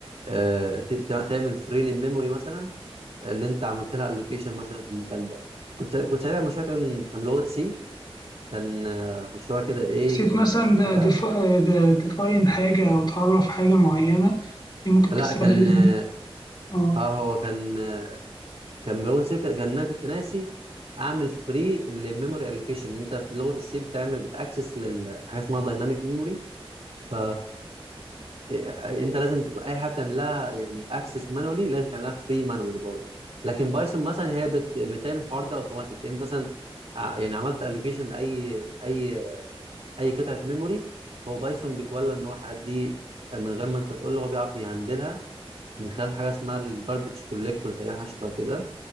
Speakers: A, on the right (about 80°); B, on the left (about 45°).
A: آه ت- ت- تعمل فري للميموري مثلا اللي انت عملت لها الوكيشن مثلا في المكان ده كنت كنت ساعتها المشروع كان كان لغه سي كان آه، مشروع كده ايه
B: نسيت
A: كان
B: مثلا
A: في حاجه
B: ده ديفاين حاجه او تعرف حاجه معينه دي ممكن
A: لا
B: تسبب
A: كان اه
B: اه
A: آه، هو كان آه، كان بلغه سي كان كان انا كنت ناسي اعمل فري للميموري الوكيشن انت في لغه السي بتعمل بتاكسس لحاجه اسمها دايناميك ميموري ف إيه- انت لازم تبقى اي حاجه بتعملها يعني اكسس مانولي لازم تعملها فري مانولي برضه لكن بايثون مثلا هي بت... بتعمل الحوار ده اوتوماتيك انت مثلا ع- يعني عملت الوكيشن لاي اي اي قطعه ميموري هو بايثون بيتولى ان هو الحاجات دي من غير ما انت تقول له هو بيعرف يهندلها من خلال حاجه اسمها الجاربج كوليكتور تقريبا حاجه شبه كده